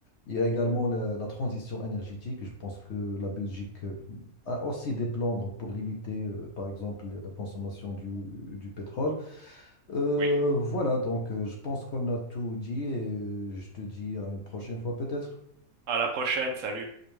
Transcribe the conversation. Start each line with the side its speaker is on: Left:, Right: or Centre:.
Left: Il y a également la, la transition énergétique. Je pense que la Belgique euh, a aussi des plans donc, pour limiter, euh, par exemple, la consommation du, du pétrole. Euh,
Right: oui.
Left: voilà, donc euh, je pense qu'on a tout dit et euh, je te dis à une prochaine fois peut-être.
Right: À la prochaine, salut.